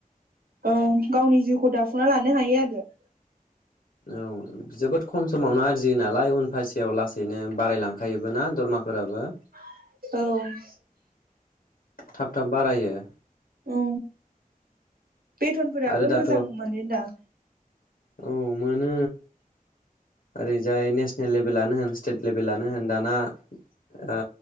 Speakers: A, on the right; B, on the left.
A: ओं गावनि जिउखौ दाफुंना लानो हायो आरो
B: औ जोबोद खम समावनो आरजियो नालाय उन फासेयाव लासैनो बारायलांखायोबो ना दरमाफोराबो
A: औ
B: थाब थाब बारायो ओ
A: औ बेथनफोराबो
B: आरो दाथ'
A: मोजां मोनो दा <inaudible>
B: औ मोनो ओरैजाय नेसनेल लेभेलानो होन स्टेट लेभेलानो होन दाना ओ